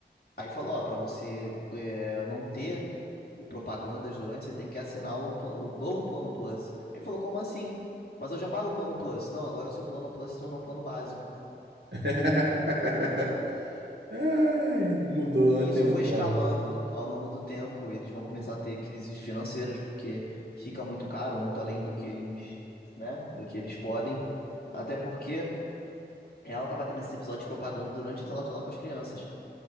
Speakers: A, on the left; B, on the right.
A: Aí falou, ó, para você é, não ter o propagandas durante, você tem que assinar o, pla- o novo plano Plus. Ele falou, como assim? Mas eu já pago o plano Plus. Não, agora o seu plano Plus se tornou o plano básico.
B: <laughs> Ai, mudou,
A: E
B: né?
A: isso
B: Tem um
A: foi escalando
B: plano.
A: ao longo do tempo. E eles vão começar a ter crises financeiras, porque fica muito caro, muito além do que eles, né, do que eles podem. Até porque ela estava tendo esse episódio de propaganda durante as aulas dela com as crianças.